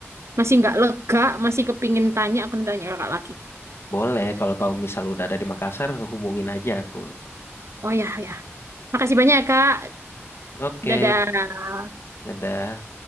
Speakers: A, on the right; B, on the left.
A: masih nggak lega, masih kepingin tanya, aku nanti tanya kakak lagi.
B: Boleh, kalau kamu misal udah ada di Makassar, hubungin aja aku.
A: Oh ya, ya. Makasih banyak ya, Kak.
B: Oke,
A: Dadah.
B: dadah.